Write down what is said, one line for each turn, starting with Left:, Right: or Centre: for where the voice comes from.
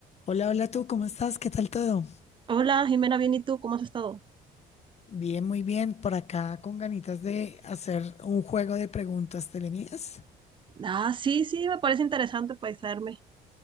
Left: Hola, hola tú, ¿cómo estás? ¿Qué tal todo?
Right: Hola, Jimena, bien, ¿y tú? ¿Cómo has estado?
Left: Bien, muy bien. Por acá con ganitas de hacer un juego de preguntas telemidas.
Right: Ah, sí, sí, me parece interesante paisarme.